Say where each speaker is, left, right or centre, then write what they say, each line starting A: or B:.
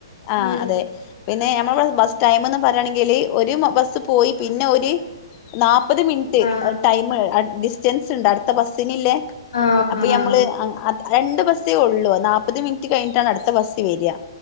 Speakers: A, on the left (about 35°); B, on the left (about 80°).
A: ആഹ്
B: ഉം
A: അതെ പിന്നെ ഞമ്മളവട ബസ് ടൈമെന്ന് പറേണെങ്കില് ഒരു ബ ബസ്സ് പോയി പിന്നെ ഒര് നാപ്പ ഒരു മിനിറ്റ്
B: ആഹ്
A: ടൈമ് അ ഡിസ്റ്റൻസ് ഇണ്ട് അടുത്ത ബസ്സിനില്ലേ
B: ആഹ്
A: അപ്പൊ
B: ആഹ്
A: ഞമ്മള് അ അത് രണ്ട് ബസ്സേ ഒള്ളൂ നാപ്പത് മിനിറ്റ് കഴിഞ്ഞിട്ടാണ് അടുത്ത ബസ് വരിക